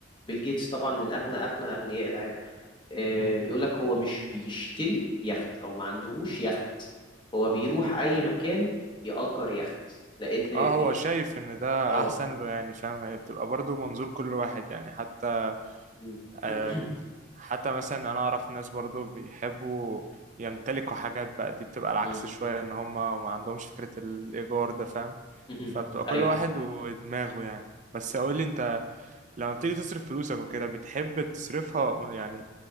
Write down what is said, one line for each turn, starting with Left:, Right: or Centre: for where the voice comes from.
Left: بيل جيتس طبعا من اغنى اغنى اغنياء العالم آه
Right: يعني
Left: بيقول لك هو مش بيشتري يخت او ما عندهوش يخت هو بيروح اي مكان يأجر يخت لان
Right: اه هو شايف ان ده
Left: اه
Right: احسن له يعني فاهم هي بتبقى برضو منظور كل واحد يعني حتى
Left: م.
Right: آم،
Left: <clears throat>
Right: حتى مثلا انا اعرف ناس برضو بيحبوا يمتلكوا حاجات بقى دي بتبقى العكس
Left: م.
Right: شوية ان هم ما عندهمش فكرة الايجار ده فاهم
Left: مهم.
Right: فبتبقى كل
Left: ايوه
Right: واحد ودماغه يعني بس اقول لي انت لما بتيجي تصرف فلوسك وكده بتحب تصرفها يعني